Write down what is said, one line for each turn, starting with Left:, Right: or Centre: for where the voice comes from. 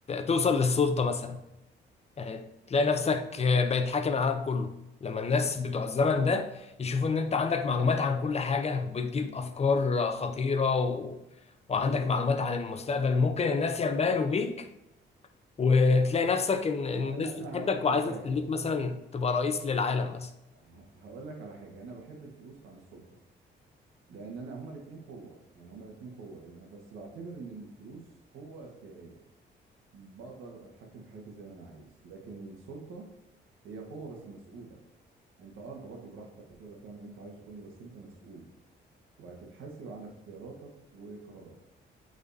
Left: توصل للسلطه مثلا يعني تلاقي نفسك بقيت حاكم العالم كله لما الناس بتوع الزمن ده يشوفوا ان انت عندك معلومات عن كل حاجة وبتجيب افكار خطيرة و... وعندك معلومات عن المستقبل ممكن الناس ينبهروا بيك وتلاقي نفسك ان إن
Right: وأنا
Left: الناس
Right: أنا
Left: بتحبك
Right: هقول لك
Left: وعايزة
Right: على حاجة
Left: تخليك مثلا تبقى رئيس للعالم مثلا
Right: ه- هقول لك على حاجة أنا بحب الفلوس عن السلطة لأن أنا هما الاتنين قوة يعني هما الاتنين قوة بس بعتبر إن الفلوس قوة اختيارية بقدر اتحكم في حياتي زي ما انا عايز لكن السلطة هي قوة بس مسؤولة انت اه انت برضو براحتك وتقدر تعمل اللي انت عايزه كله بس انت مسؤول وهتتحاسب عن اختياراتك وقراراتك